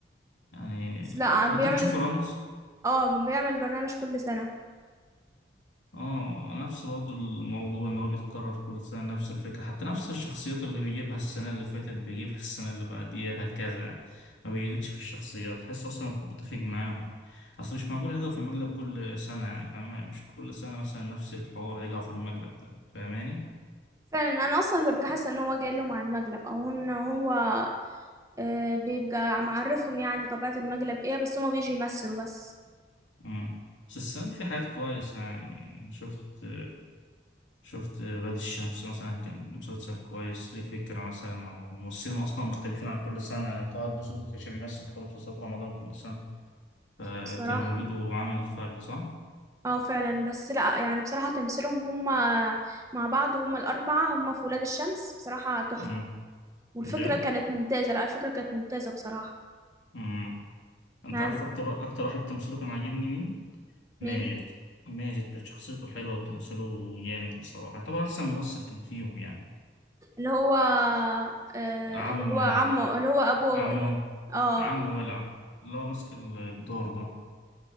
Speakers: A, on the left (about 85°); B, on the right (about 15°).
A: يعني
B: بس لا
A: انت
B: عم
A: كنت
B: بيعمل
A: بتشوف رامز؟
B: اه بيعمل برنامج كل سنة
A: اه نفس برضه الموضوع ان هو بيتكرر كل سنة نفس الفكرة حتى نفس الشخصيات اللي بيجيبها السنة اللي فاتت بيجيبها السنة اللي بعديها هكذا يعني ما بيجددش في الشخصيات تحس اصلا متفق معاهم اصل مش معقول يرجعوا في المقلب كل سنة يعني فاهمة مش كل سنة مثلا نفس الحوار يرجعوا في المقلب ده فاهماني؟
B: فعلا انا اصلا ببقى حاسة ان هو جاي لهم على المقلب او ان هو آه، بيبقى معرفهم يعني طبيعة المقلب ايه بس هما بيجي يمثلوا بس
A: مم. بس السنة دي في حاجات كويسة يعني شفت شفت ولاد الشمس مثلا كان مسلسل كويس ليه فكرة مثلا أو الممثلين أصلا مختلفين عن كل سنة يعني طه الدسوقي كان بيمثل في مسلسلات رمضان كل سنة فكان
B: بصراحة
A: وجوده عامل فرق صح؟
B: اه فعلا بس لا يعني بصراحة تمثيلهم هم مع بعض هم الأربعة هم في ولاد الشمس بصراحة تحفة
A: امم
B: والفكرة
A: بجد؟
B: كانت ممتازة لا الفكرة كانت ممتازة بصراحة
A: امم أنت
B: يعني
A: عارف أكتر أكتر واحد تمثيله كان عاجبني مين؟
B: مين
A: ماجد ماجد كانت شخصيته حلوة وتمثيله جامد بصراحة طبعا أحسن ممثل كان فيهم يعني
B: اللي هو آه
A: عم
B: اللي هو عمه اللي هو أبوه
A: عم
B: اللي اه
A: عم ولع اللي هو ماسك الدور ده